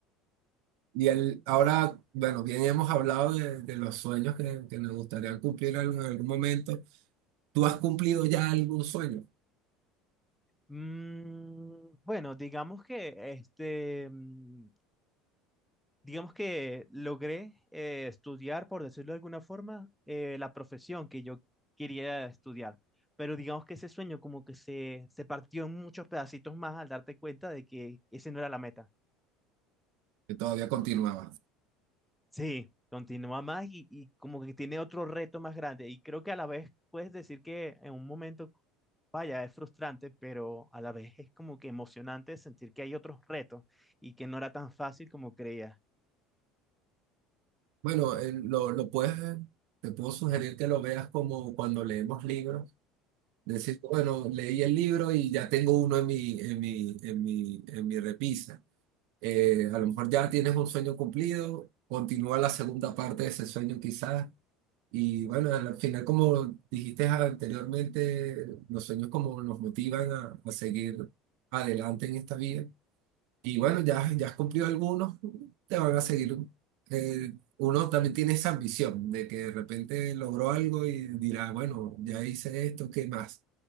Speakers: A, on the right; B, in the centre.
A: Y el, ahora, bueno, bien hemos hablado de, de los sueños que, que nos gustaría cumplir en algún momento. ¿Tú has cumplido ya algún sueño
B: Mm, bueno, digamos que este, mm, digamos que logré eh, estudiar, por decirlo de alguna forma, eh, la profesión que yo quería estudiar. Pero digamos que ese sueño como que se, se partió en muchos pedacitos más al darte cuenta de que ese no era la meta.
A: que todavía continuaba?
B: Sí, continúa más y, y como que tiene otro reto más grande. Y creo que a la vez puedes decir que en un momento, vaya, es frustrante, pero a la vez es como que emocionante sentir que hay otros retos y que no era tan fácil como creía.
A: Bueno, eh, lo, lo puedes, te puedo sugerir que lo veas como cuando leemos libros. Decir, bueno, leí el libro y ya tengo uno en mi, en mi, en mi, en mi repisa. Eh, a lo mejor ya tienes un sueño cumplido, continúa la segunda parte de ese sueño quizás. Y bueno, al final, como dijiste anteriormente, los sueños como nos motivan a, a seguir adelante en esta vida. Y bueno, ya, ya has cumplido algunos, te van a seguir. Eh, uno también tiene esa ambición de que de repente logró algo y dirá, bueno, ya hice esto, ¿qué más?